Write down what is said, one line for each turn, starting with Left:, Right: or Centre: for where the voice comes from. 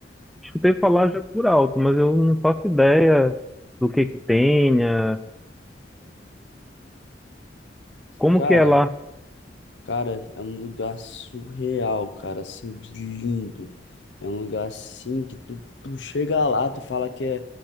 Centre: escutei falar já por alto, mas eu não faço ideia do que que tenha Como
Left: Cara,
Centre: que é lá?
Left: Cara, é um lugar surreal, cara, assim, de lindo. É um lugar assim que tu, tu chega lá, tu fala que é,